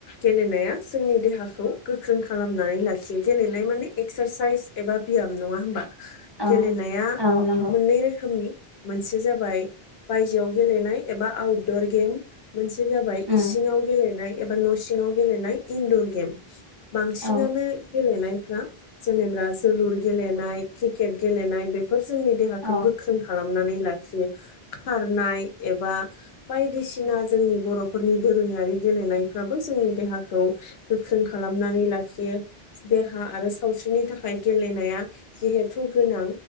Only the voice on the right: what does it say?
औ
औ नंगौ
उम
औ
औ